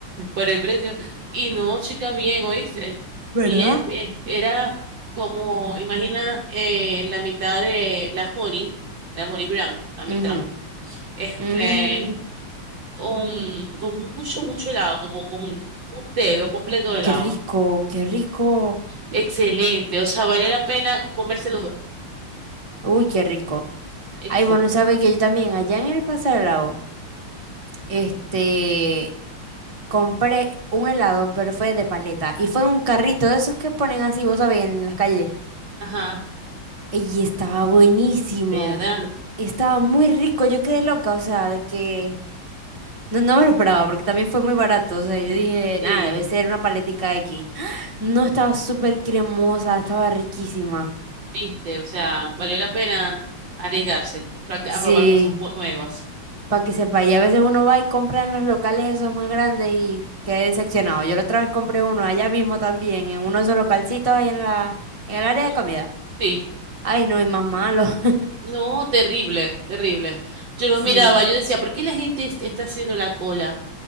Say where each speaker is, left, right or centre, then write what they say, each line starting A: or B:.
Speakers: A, on the right (about 60°); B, on the right (about 20°).
A: por el precio. Y no, chica, bien, oíste.
B: ¿Verdad?
A: Bien, bien. Era como, imagina, eh, la mitad de la Jory, la Jory Brown, la mitad.
B: Ujú.
A: Este,
B: Mm. <sighs>
A: con, con mucho, mucho helado, como con un dedo completo de helado.
B: Qué rico, qué rico.
A: Excelente. O sea, valía la pena comerse los dos.
B: Uy, qué rico.
A: Excelente.
B: Ay, bueno, sabéis que yo también, allá en el Paso del Lago, este, compré un helado, pero fue de paleta. Y fue en un carrito de esos que ponen así, vos sabéis, en las calles.
A: Ajá,
B: Y estaba buenísimo.
A: ¿verdad?
B: Estaba muy rico. Yo quedé loca, o sea, de que no, no me lo esperaba porque también fue muy barato. O sea, yo dije,
A: Sí,
B: nada, debe ser una paletica X. <gasps> No, estaba súper cremosa, estaba riquísima.
A: viste. O sea, valió la pena arriesgarse, practi-
B: Sí,
A: a probar cosas bu- nuevas.
B: para que sepa. Y a veces uno va y compra en los locales esos más grandes y queda decepcionado. Yo la otra vez compré uno allá mismo también, en uno de esos localcitos ahí en la, en el área
A: Mm,
B: de comida.
A: Sí.
B: Ay, no, y más malo. <laughs>
A: No, terrible, terrible. Yo los
B: Sí.
A: miraba, yo decía, ¿por qué la gente es- está haciendo la cola